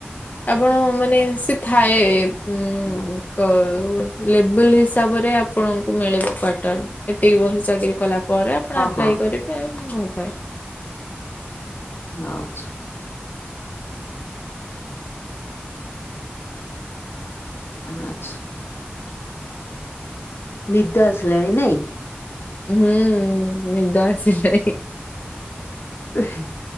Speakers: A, on the left (about 40°); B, on the left (about 70°).
A: ଆପଣ ମାନେ ସେ ଥାଏ ଉଁ
B: ହଁ
A: କ ଲେବୁଲ ହିସାବରେ ଆପଣଙ୍କୁ ମିଳିବ କ୍ଵାଟର ଏତିକି ବର୍ଷ ଚାକିରି କଲା ପରେ ଆପଣ ଆପ
B: ହଁ
A: ସେ ବହୁତ ଥାଏ।
B: ଆଚ୍ଛା। ଆଚ୍ଛା। ନିଦ ଆସିଲାଣି ନାଇଁ?
A: ହୁଁ ନିଦ ଆସିଲାଣି।
B: ଏ ହେ।